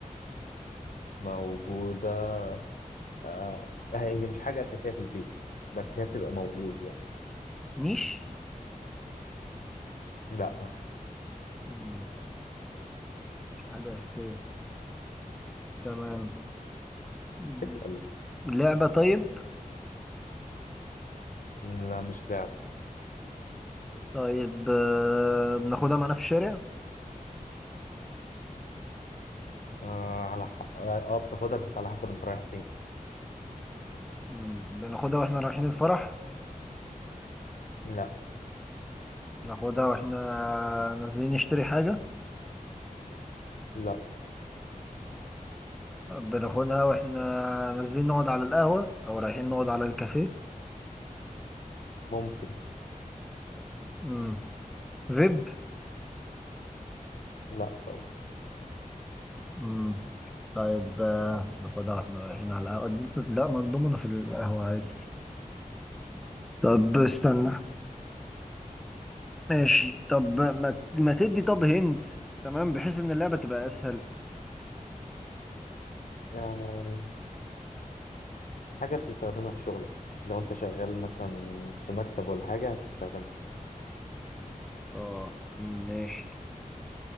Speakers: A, on the left (about 70°); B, in the centre.
A: موجوده آه. هي مش حاجه اساسيه في البيت بس هي بتبقى موجود يعني
B: نيش
A: لا
B: مم. مش حاجة أساسية تمام مم.
A: اسال
B: لعبة طيب
A: لا مش لعب
B: طيب آه، بناخدها معانا في الشارع
A: آه على حق اه آه، بتاخدها بس على حسب انت رايح فين
B: مم. بناخدها واحنا رايحين الفرح
A: لا
B: بناخدها واحنا نازلين نشتري حاجة
A: لا
B: بناخدها واحنا نازلين نقعد على القهوة أو رايحين نقعد على الكافيه
A: ممكن
B: مم. فيب
A: لا طبعا
B: مم. طيب آه، ناخدها واحنا رايحين على القهوة لا ما نضمنا في القهوة عادي طب استنى ماشي طب ما, ما تدي طب هنت تمام بحيث إن اللعبة تبقى أسهل
A: آه. حاجة بتستخدمها في شغلك لو انت شغال مثلا في مكتب ولا حاجة هتستخدمها
B: اه مم، ماشي